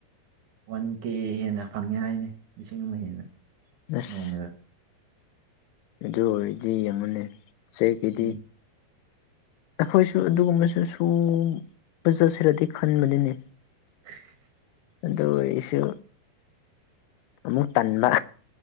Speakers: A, on the right; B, on the left.
A: ꯋꯥꯟ ꯀꯦ ꯍꯦꯟꯅ ꯐꯪꯉꯦ ꯍꯥꯏꯅꯧ ꯂꯤꯁꯤꯡ ꯑꯃ ꯍꯦꯟꯅ
B: ꯑꯁ
A: ꯅꯣꯡꯃꯗ
B: ꯑꯗꯨ ꯑꯣꯏꯗꯤ ꯌꯦꯡꯎꯅꯦ ꯆꯦꯛꯀꯤꯗꯤ
A: ꯎꯝ
B: ꯑꯈꯣꯏꯁꯨ ꯑꯗꯨꯒꯨꯝꯕꯁꯨ ꯁꯨꯕ ꯆꯠꯁꯤꯔꯗꯤ ꯈꯟꯕꯅꯤꯅꯦ
A: <inaudible>
B: ꯑꯗꯨ ꯑꯣꯏꯁꯨ ꯑꯃꯨꯛ ꯇꯟꯕ